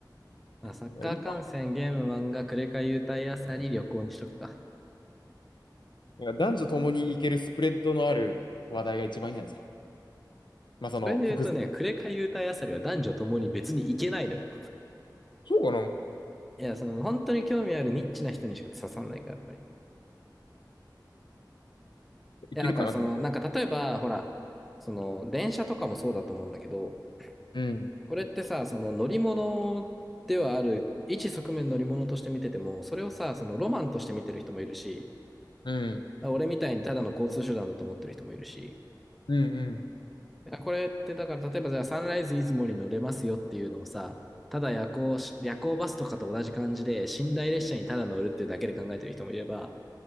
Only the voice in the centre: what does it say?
まあサッカー観戦、
ゲーム、漫画、クレカ優待あさり、旅行にしとくか。
それで言うとね、
クレカ優待あさりは男女ともに別に行けないのよ。
いや、その本当に興味あるニッチな人にしか刺さんないから、やっぱり。い
や、なんかその、なんか例えば、ほら、その電車とかもそうだと思うんだけど、
これってさ、その乗り物ではある、一側面乗り物として見てても、それをさ、そのロマンとして見てる人もいるし、
まあ俺みたいにただの交通手段だと思ってる人もいるし、
これってだから例えばじゃあサンライズ出雲に乗れますよっていうのをさ、ただ夜行夜行バスとかと同じ感じで寝台列車にただ乗るっていうだけで考えてる人もいれば、